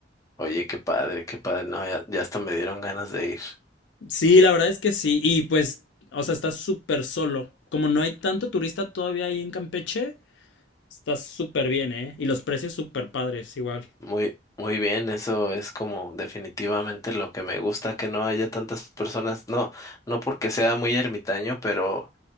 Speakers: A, on the left (about 20°); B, on the left (about 80°).
A: Oye, qué padre, qué padre. No, ya, ya hasta me dieron ganas de ir.
B: Sí, la verdad es que sí. Y pues, o sea, está súper solo. Como no hay tanto turista todavía ahí en Campeche, está súper bien, ¿eh? Y los precios súper padres, igual.
A: Muy, muy bien, eso es como definitivamente lo que me gusta, que no haya tantas personas. No, no porque sea muy ermitaño, pero